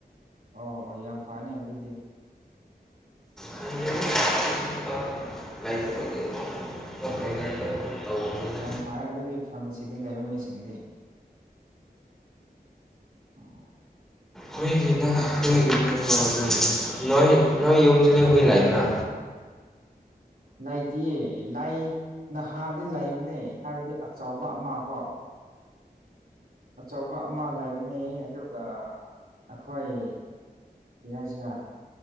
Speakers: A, on the right; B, in the centre.
A: ꯑꯣ ꯑꯣ ꯌꯥꯝ ꯐꯅꯦ ꯑꯗꯨꯗꯤ
B: ꯈꯪꯗꯦꯗ ꯊꯕꯛ
A: ꯑꯣ
B: <unintelligible> ꯂꯩꯇꯕ ꯇꯧꯕꯅꯤꯗ
A: ꯌꯥꯝ ꯐꯔꯦ ꯑꯗꯨꯗꯤ ꯐꯥꯔꯃꯥꯁꯤꯗ ꯂꯩꯕ ꯃꯤꯁꯤꯡꯗꯤ <inaudible>
B: ꯍꯨꯏꯒꯤꯅ ꯍꯨꯏꯒꯤ ꯅꯠꯇ꯭ꯔꯣ ꯑꯗꯨꯗꯤ ꯅꯣꯏ ꯅꯣꯏ ꯌꯨꯝꯁꯤꯗ ꯍꯨꯏ ꯂꯩꯕ꯭ꯔꯥ
A: ꯂꯩꯇꯤꯌꯦ ꯂꯩ ꯅꯍꯥꯟꯗꯤ ꯂꯩꯕꯅꯦ ꯍꯥꯏꯕꯗꯤ ꯑꯆꯧꯕ ꯑꯃ ꯀꯣ ꯑꯆꯧꯕ ꯑꯃ ꯂꯩꯕꯅꯦ ꯑꯗꯨꯒ ꯑꯩꯈꯣꯏ ꯏꯁꯤꯔ